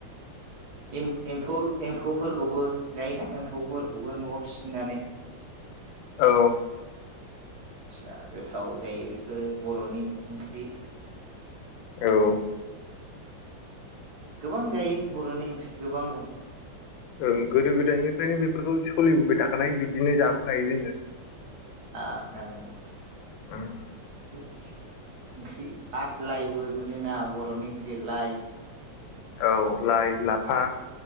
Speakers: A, on the right (about 60°); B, on the left (about 85°).
A: एम-एम्फौ एम्फौफोरखौबो जायोना एम्फौफोर खौबो न'आव फिसिनानै
B: औ
A: थिया गोथाव जायो बेफोरो बर'नि ओंख्रि
B: औ
A: गोबां जायो बर'नि ओंख्रि गोबां दं
B: ओं गोदो गोदायनिफ्रायनो बेफोरखौ सलिबोबाय थाखानाय बिदिनो जाबोखायो जोङो
A: आं आं आं
B: उम
A: ओंख्रि आदलाइबो मोनोना बर'नि ओंख्रि लाइ
B: औ लाय लाफा